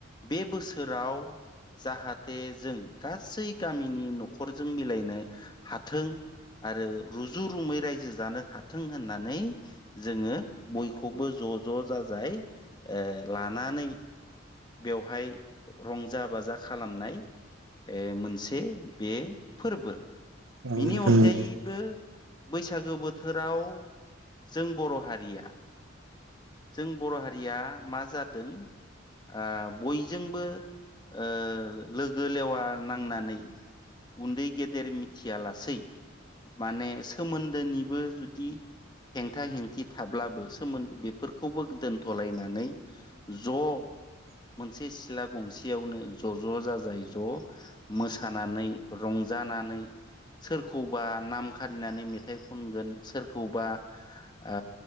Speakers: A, on the left; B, on the right.
A: बे बोसोराव जाहाथे जों गासै गामिनि न'खरजों मिलायनो हाथों आरो रुजु रुमै रायजो जानो हाथों होननानै जोंङो बयखौबो ज' ज' जाजाय ओ लानानै बेवहाय रंजा बाजा खालामनाय ए मोनसे बे फोरबो
B: औ
A: बिनि
B: नोंथां
A: अनगायैबो
B: नंगौ
A: बैसागो बोथोराव जों बर' हारिया जों बर' हारिया मा जादों ओ बयजोंबो ओ लोगो लेवा नांनानै उन्दै गेदेर मिथियालासै माने सोमोन्दोनिबो जुदि हेंथा हेंथि थाब्लाबो सोमोन्दो बेफोरखौबो दोनथ'लायनानै ज'
B: <inaudible>
A: मोनसे सिला गंसेयावनो ज' ज' जाजाय ज' मोसानानै रंजानानै नानै सोरखौबा नाम खारिनानै मेथाइ खनगोन सोरखौबा ओ